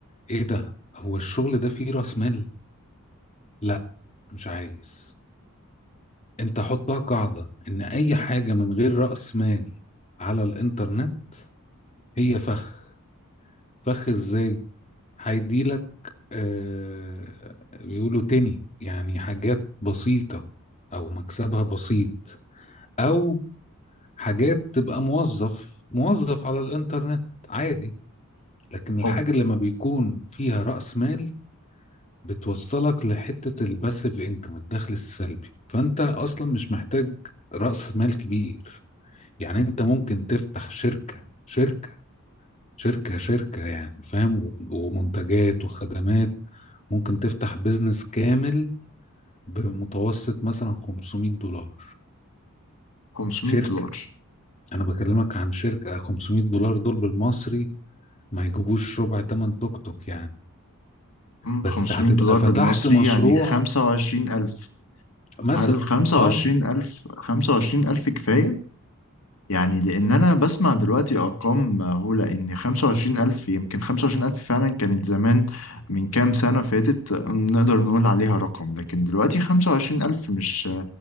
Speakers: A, on the left (about 30°); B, on the left (about 75°).
A: ايه ده هو الشغل ده فيه راس مال لا مش عايز انت حطها قاعده ان اي حاجه من غير راس مال على الانترنت هي فخ فخ ازاي هيديلك آه بيقولوا تاني يعني حاجات بسيطه او مكسبها بسيط او حاجات تبقى موظف موظف على الانترنت عادي لكن الحاجة
B: أه
A: اللي ما بيكون فيها رأس مال بتوصلك لحتة الباسيف انكم الدخل السلبي فانت اصلا مش محتاج رأس مال كبير يعني انت ممكن تفتح شركة شركة شركة شركة يعني فاهم و- ومنتجات وخدمات ممكن تفتح بيزنس كامل بمتوسط مثلا 500 دولار
B: 500
A: شركة
B: دولار
A: انا بكلمك عن شركة 500 دولار دول بالمصري ما يجيبوش ربع تمن توك توك يعني
B: مم، 500
A: بس هتبقى
B: دولار
A: فتحت
B: بالمصري
A: مشروع
B: يعني 25000
A: مثلا
B: هل 25000
A: اه
B: 25000 كفاية؟ يعني لأن أنا بسمع دلوقتي أرقام مهولة إن 25000 يمكن 25000 فعلا كانت زمان من كام سنة فاتت نقدر نقول عليها رقم لكن دلوقتي 25000 مش